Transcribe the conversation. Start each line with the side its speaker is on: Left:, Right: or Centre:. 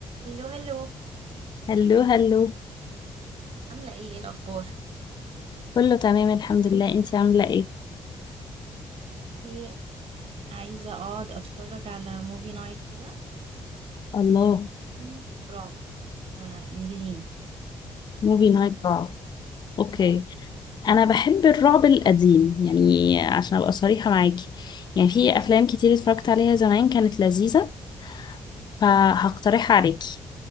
Right: هلو هلو
Left: هلو هلو
Right: عاملة ايه ايه الأخبار
Left: كله تمام الحمد لله انتي عاملة ايه
Right: بصي عايزة اقعد اتفرج على موفي نايت كده
Left: الله
Right: ويكون رعب فانجزيني
Left: موفي
Right: قولي
Left: نايت رعب اوكي
Right: اه
Left: انا بحب الرعب القديم يعني عشان ابقى صريحة معاكي يعني في افلام كتير اتفرجت عليها زمان كانت لذيذة
Right: مم.
Left: فهقترحها عليكي